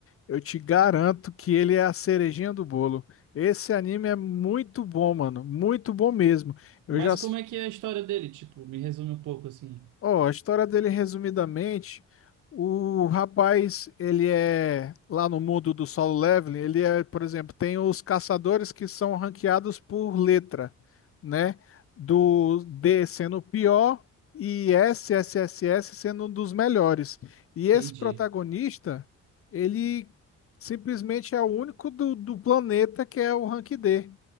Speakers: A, on the left; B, on the right.
A: eu te garanto que ele é a cerejinha do bolo. Esse anime é muito bom, mano. Muito bom mesmo. Eu
B: Mas
A: já
B: como é que é a história dele? Tipo, me resume um pouco assim.
A: Ó, a história dele, resumidamente, o rapaz, ele é, lá no mundo do solo leveling, ele é, por exemplo, tem os caçadores que são ranqueados por letra, né? Do D sendo o pior e S, S, S, S sendo um dos melhores. E esse
B: Entendi.
A: protagonista, ele simplesmente é o único do, do planeta que é o rank D,